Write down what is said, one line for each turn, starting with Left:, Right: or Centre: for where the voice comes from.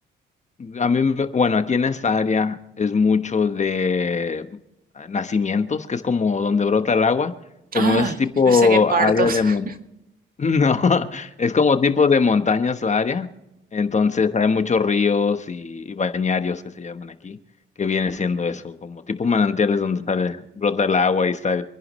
Left: A mí, me- bueno, aquí en esta área es mucho de ah, nacimientos, que es como donde brota el agua, como
Right: Ah,
Left: es tipo
Right: pensé que partos.
Left: área de
Right: <laughs>
Left: mon- <laughs> no, es como tipo de montañas la área, entonces hay muchos ríos y, y bañarios que se llaman aquí, que viene siendo eso, como tipo manantiales donde sale, brota el agua y está,